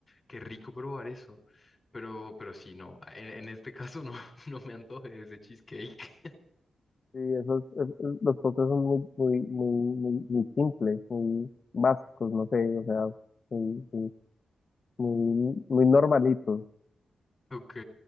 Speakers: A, on the left (about 30°); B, on the left (about 50°).
A: qué rico probar eso. Pero, pero sí, no, en, en este caso no, <laughs> no me antoje ese cheesecake. <laughs>
B: Sí, esos, es- es- los postres son muy, muy, muy, muy, muy simples, muy básicos, no sé, o sea, muy, muy, muy, muy normalitos
A: Ok,